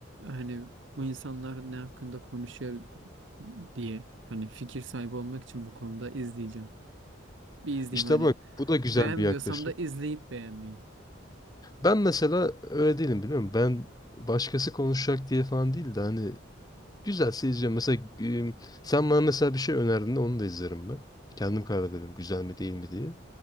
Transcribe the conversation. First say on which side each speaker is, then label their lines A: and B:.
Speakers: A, on the right; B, on the left.
A: hani bu insanlar ne hakkında konuşuyor diye hani fikir sahibi olmak için bu konuda izleyeceğim. Bir izleyeyim
B: İşte
A: hani
B: bak bu da güzel
A: beğenmiyorsam
B: bir yaklaşım.
A: da izleyip beğenmeyeyim.
B: Ben mesela öyle değilim biliyor musun? Ben başkası konuşacak diye falan değil de hani Güzelse izliyorum. Mesela e, sen bana mesela bir şey önerdin de onu da izlerim ben. Kendim karar veririm güzel mi değil mi diye.